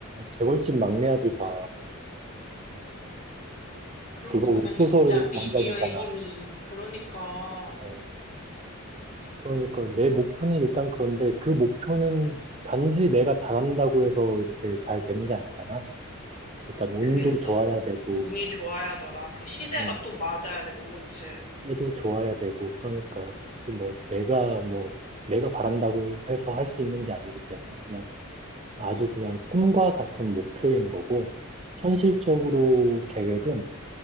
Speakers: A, on the right (about 30°); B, on the left (about 35°).
A: 재벌집 막내 아들 봐.
B: 그런
A: 그거
B: 거 보면
A: 웹소설
B: 진짜 미디어의
A: 원작이잖아.
B: 힘이. 그러니까
A: 어, 그러니까 내 목표는 일단 그런데 그 목표는 단지 내가 잘한다고 해서 이렇게 잘 되는 게 아니잖아. 일단 운도
B: 그게
A: 좋아야
B: 또
A: 되고,
B: 운이 좋아야더라. 그 시대가
A: 음,
B: 또 맞아야 되고, 그치?
A: 얘도 좋아야 되고, 그러니까 그 뭐 내가 뭐 내가 바란다고 해서 할 수 있는 게 아니기 때문에 그냥 아주 그냥 꿈과 같은 목표인 거고, 현실적으로 계획은,